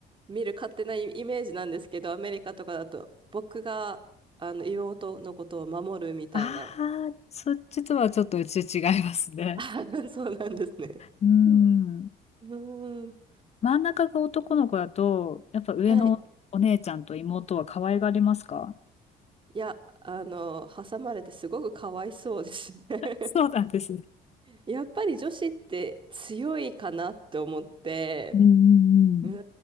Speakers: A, on the right; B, on the left.
A: 見る勝手なイイメージなんですけど、アメリカとかだと僕があの妹のことを守るみたいな。
B: ああ、そっちとはちょっとうち違いますね。
A: あ <laughs> そうなんですね。
B: うん。
A: うんうーん。
B: 真ん中が男の子だと、やっぱ上のお姉ちゃんと妹は可愛がりますか
A: はい。いや、あの、挟まれてすごくかわいそうですね。<laughs>
B: そうなんですね。
A: やっぱり女子って強いかなって思って、
B: うんうんうん。
A: う